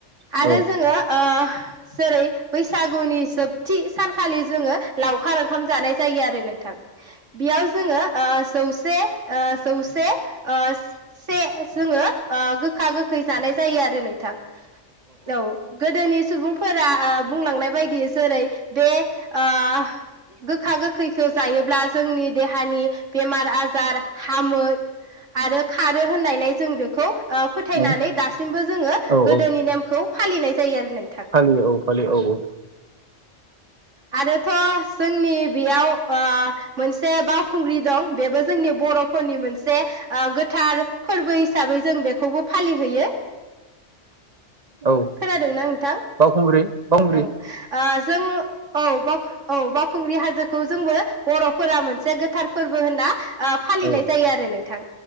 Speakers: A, on the right; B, on the right.
A: आरो
B: औ
A: जोङो ओ जेरै बैसागुनि जोबथि सानखालि जोङो लावखार ओंखाम जानाय जायो आरो नों बेयाव जोङो जौसे ओ जौसे ओ से जोङो ओ गोखा गोखै जानाय जायो आरो नोंथां औ गोदोनि सुबुंफोरा ओ बुंलांनाय बायदि जेरै बे ओ‌ गोखा गोखैखौ जायोब्ला जोंनि देहानि बेमार आजार हामो आरो खारो होननायलाय जों बेखौ ओ फोथायनानै
B: औ
A: दासिमबो जोङो
B: औ
A: गोदोनि
B: औ
A: नेमखौ फालिनाय जायो आरो नोंथां
B: फालियो औ फालियो औ औ
A: आरोथ जोंनि बेयाव ओ मोनसे बावखुंग्रि दं बेबो जोंनि बर'फोरनि मोनसे ओ गोथार फोरबो हिसाबै जों बेखौबो फालिहोयो
B: औ
A: खोनादोंना नोंथां
B: बावखुंग्रि बावखुंग्रि
A: औ ओ जों औ औ बावखुंग्रि हाजोखौ जोंबो बर' फोरा मोनसे गोथार फोरबो होनना ओ फालिनाय
B: औ
A: जायो आरो नों थां